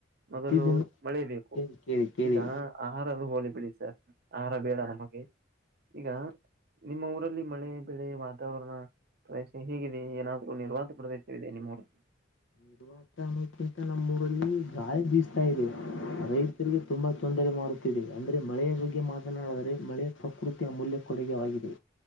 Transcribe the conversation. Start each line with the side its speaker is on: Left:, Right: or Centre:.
Left: ಪ್ರತಿದಿನ
Right: ಮೊದಲು ಮಳೆ ಬೇಕು
Left: ಕೇಳಿ ಕೇಳಿ ಕೇಳಿ
Right: ಈಗ ಆಹಾರದ ಹ ಬಿ ಸ ಆಹಾರ ಬೇಡ ನಮಗೆ ಈಗ ನಿಮ್ಮ ಊರಲ್ಲಿ ಮಳೆ ಬೆಳೆ ವಾತಾವರಣ ಪ್ರದೇಶ ಹೇಗಿದೆ ಏನಾದರೂ ನಿರ್ವಾತ ಪ್ರದೇಶವಿದೆ ನಿಮ್ಮ ಹೋಡ
Left: ನಿರ್ವತ ಅನ್ನೋದಕ್ಕಿಂತ ನಮ್ಮ್ ಊರಲ್ಲಿ ಗಾಳಿ ಬೀಸ್ತಾ ಇದೆ ರೈತರಿಗೆ ತುಂಬಾ ತೊಂದರೆ ಮಾಡುತ್ತ ಅಂದರೆ ಮಳೆಯ ಬಗ್ಗೆ ಮಾತನಾಡಿದರೆ ಮಳೆಯ ಪ್ರಕೃತಿಯ ಮೌಲ್ಯ ಕೊಡುಗೆವಾಗಿದೆ